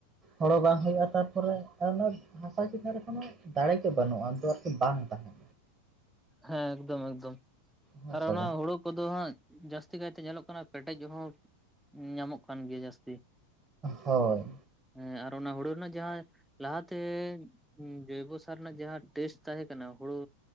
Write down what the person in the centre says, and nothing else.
ᱦᱮᱸ ᱮᱠᱫᱚᱢ ᱮᱠᱫᱚᱢ
ᱟᱨ
ᱚᱱᱟ ᱦᱩᱲᱩ ᱠᱚᱫᱚ ᱦᱟᱸᱜ ᱡᱟᱹᱥᱛᱤ ᱠᱟᱭᱛᱮ ᱧᱮᱞᱚᱜ ᱠᱟᱱᱟ ᱯᱮᱴᱮᱡ ᱦᱚᱸ ᱧᱟᱢᱚᱜ ᱠᱟᱱ ᱜᱮᱭᱟ ᱡᱟᱹᱥᱛᱤ᱾
ᱮᱸ ᱟᱨ ᱚᱱᱟ ᱦᱩᱲᱩ ᱨᱮᱱᱟᱜ ᱡᱟᱦᱟᱸ ᱞᱟᱦᱟᱛᱮ ᱡᱚᱭᱵᱳ ᱥᱟᱨ ᱨᱮᱱᱟᱜ ᱡᱟᱦᱟᱸ ᱴᱮᱥ ᱛᱟᱦᱮᱸ ᱠᱟᱱᱟ ᱦᱩᱲᱩ